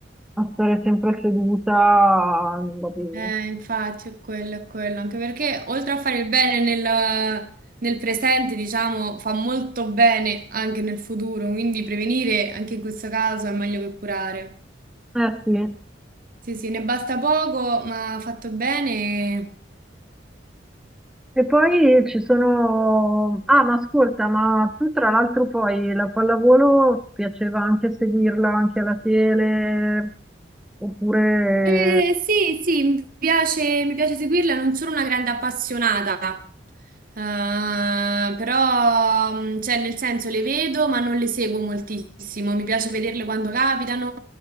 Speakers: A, in the centre; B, on the right (about 50°).
A: a stare sempre seduta non va bene.
B: Eh, infatti è quello, è quello, anche perché oltre a fare il bene nel, nel presente, diciamo, fa molto bene anche nel futuro, quindi prevenire anche in questo caso è meglio che curare.
A: Eh sì.
B: Sì, sì, ne basta poco, ma fatto bene
A: E poi ci sono... Ah, ma ascolta, ma tu tra l'altro poi la pallavolo piaceva anche seguirla anche alla tele, oppure...
B: Eh, sì, sì, mi piace, mi piace seguirla, non sono una grande appassionata, Eh, però, mm, cioè, nel senso, le vedo ma non le seguo moltissimo, mi piace vederle quando capitano,